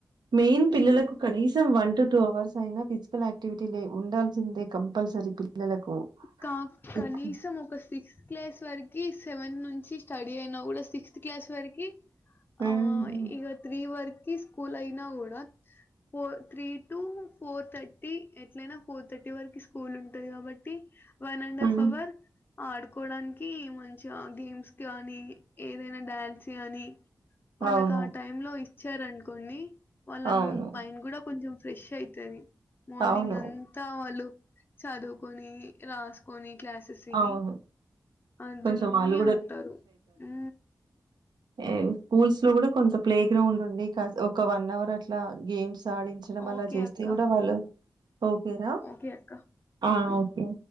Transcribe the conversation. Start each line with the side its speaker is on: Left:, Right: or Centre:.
Right: మెయిన్ పిల్లలకు
Left: ఉమ్
Right: కనీసం వన్ టు టూ అవర్స్ అయినా ఫిజికల్ యాక్టివిటీ లే ఉండాల్సిందే కంపల్సరీ పిల్లలకు
Left: కా కనీసం
Right: ఇప్-
Left: ఒక సిక్స్ క్లాస్ త్వరికి సెవెన్ నుంచి స్టడీ అయినా కూడా సిక్స్త్ క్లాస్ వరికి
Right: మ్మ్.
Left: ఆ ఇగ త్రి వర్ కి స్కూల్ అయినా కూడా four three two four thirty ఎట్లయినా ఫోర్ థ ర్టీ వరకి స్కూల్ ఉంటంది కాబట్టి వన్ అండ్ హాఫ్
Right: మ్మ్.
Left: అవర్ ఆడుకోడానికి మంచిగా గేమ్స్ గానీ ఏదైనా డ్యాన్స్ కానీ వాళ్ళకు
Right: అవును
Left: ఆ టైమ్ లో ఇచ్చారనుకొండి వాళ్ళ
Right: అవును
Left: మైండ్ కూడా కొంచెం ఫ్రెష్ అయితది మార్నింగ్
Right: అవును
Left: అంతా వాళ్ళు చదువుకొని రాసుకొని క్లాసెస్ విని
Right: అవును
Left: అందులోనే
Right: కొంచెం వాళ్ళు
Left: ఉంటారు ఉ
Right: నేవు స్కూల్స్ లో కూడా కొంత ప్లే గ్రౌండ్ ఉండి కాస్ ఒక వన్ అవర్ అట్లా గేమ్స్ అడించడం
Left: ఓకే
Right: అలా చేస్తే
Left: అక్క
Right: కూడా వాళ్ళు ఓకే రా
Left: ఓకే అక్క
Right: అ
Left: హ్మ్
Right: ఓకే